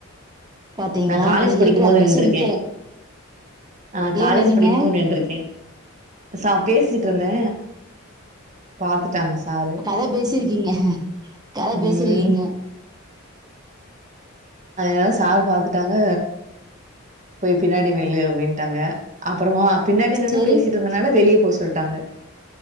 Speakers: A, on the right (about 20°); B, on the right (about 35°).
A: பாத்தீங்களா
B: நா காலேஜ்
A: நீங்க
B: படிக்கும்
A: லீடரா
B: போது
A: இருக்கச்சு
B: நின்ருக்கே
A: நிக்கல
B: ஆ காலேஜ்
A: ஏன் நின்னீங்க
B: படிக்கும் போது நின்ருக்கே சா பேசிட்ருந்தே பாத்துட்டாங்க சாரு
A: கத பேசிருக்கீங்க கத
B: ம்
A: பேசிருக்கீங்க
B: அதனால சார் பாத்துட்டாங்க போய் பின்னாடி நில்லு அப்டின்ட்டாங்க அப்றமா பின்னாடி நின்னு
A: சரி
B: பேசிட்ருந்ததுனால வெளிய போ சொல்ட்டாங்க